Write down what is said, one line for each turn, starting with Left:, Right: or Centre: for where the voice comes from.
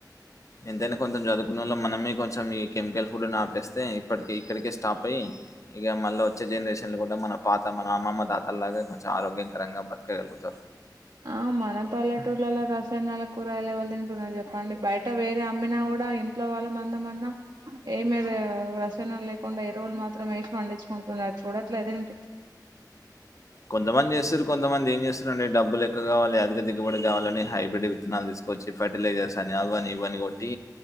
Left: ఎంతైనా కొంచెం జదువుకున్నోళ్ళం మనమే కొంచెం ఈ కెమికల్ ఫుడ్ ను ఆపేస్తే, ఇప్పటికి ఇక్కడికే స్టాప్ అయ్యి ఇగ మళ్ళ ఒచ్చే జనరేషన్ లో గూడా మన పాత మన అమ్మమ్మ తాత లాగ్గే మంచిగ ఆరోగ్యంకరంగా బతకగలుగుతరు.
Right: ఆ మన పల్లెటూర్లలో రసాయనాల కూరగాయలు ఎవలు తింటున్నరు జెప్పండి. బయట వేరే అమ్మినా గుడా ఇంట్లో వాళ్ళ మందమన్నా ఏ మీరు రసాయనాల్లేకుండా ఎరువులు మాత్రం ఏసి పండించుకుంటున్నారు అది చూడట్లేదేంటి?
Left: కొంతమంది జేస్తుర్రు కొంతమంది ఏం జేస్తుర్రు అంటే డబ్బులు ఎక్కవ గావాలె, అధిక దిగబడి గావాలనే హైబ్రిడ్ విత్తనాలు దీసుకొచ్చి, ఫర్టిలైజర్స్ అని, అవ్వని ఇవ్వని గొట్టీ